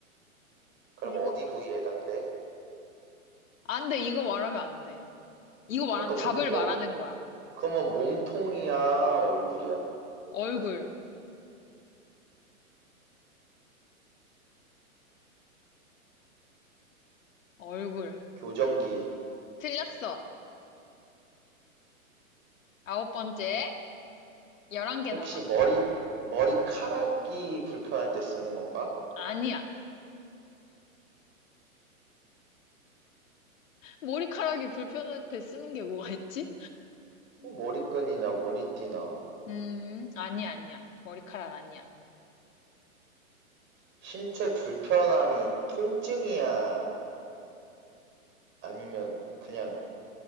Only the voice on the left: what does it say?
일곱
번째.
안 돼, 이거 말하면 안 돼. 이거 말하면
답을
말하는
거야.
얼굴, 얼굴.
틀렸어. 아홉 번째. 열한 개
남았어.
어,
아니야. 머리카락이 불편할 때 쓰는 게 뭐가 있지?
음, 아니야, 아니야. 머리카락 아니야.